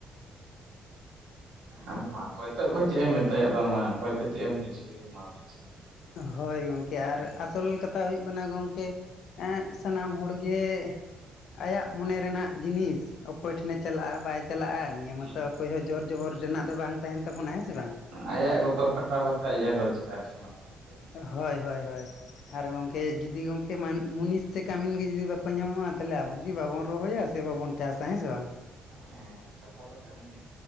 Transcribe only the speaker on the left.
ᱦᱳᱭ ᱜᱚᱝᱠᱮ ᱠᱮ ᱟᱨ ᱟᱥᱚᱞ ᱠᱟᱛᱷᱟ ᱦᱩᱭᱩᱜ ᱠᱟᱱᱟ ᱜᱚᱢᱠᱮ ᱥᱟᱱᱟᱢ ᱦᱚᱲ ᱜᱮ ᱟᱭᱟᱜ ᱢᱚᱱᱮ ᱨᱮᱱᱟᱜ ᱡᱤᱱᱤᱥ, ᱚᱠᱚᱭ ᱴᱷᱮᱱᱮ ᱪᱟᱞᱟᱜᱼᱟ ᱵᱟᱭ ᱪᱟᱞᱟᱜᱼᱟ, ᱱᱤᱭᱟᱹ
ᱢᱟᱛᱚ ᱚᱠᱚᱭ ᱦᱚᱸ ᱡᱚᱨ ᱡᱚᱵᱚᱨ ᱨᱮᱱᱟᱜ ᱫᱚ ᱵᱟᱝ ᱛᱟᱦᱮᱱ ᱛᱟᱵᱚᱱᱟ ᱦᱮᱸ ᱥᱮ ᱵᱟᱝ?
ᱦᱳᱭ ᱦᱳᱭ ᱦᱳᱭ᱾ ᱟᱨ ᱜᱚᱝᱠᱮ ᱡᱩᱫᱤ ᱜᱚᱝᱠᱮ ᱢᱩᱱᱤᱥ ᱥᱮ ᱠᱟᱹᱢᱤᱱ ᱜᱮ ᱡᱩᱫᱤ ᱵᱟᱠᱚ ᱧᱟᱢᱚᱜᱼᱟ, ᱛᱟᱦᱚᱞᱮ ᱟᱵᱚ ᱠᱤ ᱵᱟᱵᱚᱱ ᱨᱚᱦᱚᱭᱟ ᱥᱮ ᱵᱟᱵᱚᱱ ᱪᱟᱥᱟ ᱦᱮᱸ ᱥᱮ ᱵᱟᱝ?